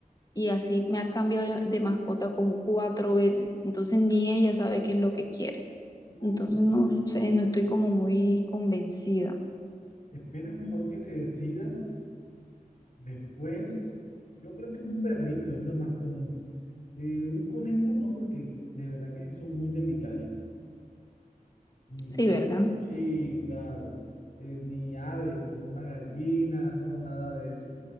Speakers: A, on the left; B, on the left.
A: y así me ha cambiado de, de mascota como cuatro veces. Entonces ni ella sabe qué es lo que quiere.
B: No,
A: Entonces no sé, no estoy como muy convencida.
B: espera mejor que se decida después. Yo creo que un perrito es lo más común. Eh, un conejo no, porque de verdad que sí son muy delicados Ni
A: Sí,
B: po-
A: ¿verdad?
B: sí, claro, eh, ni ave, como una gallina, no, nada de eso,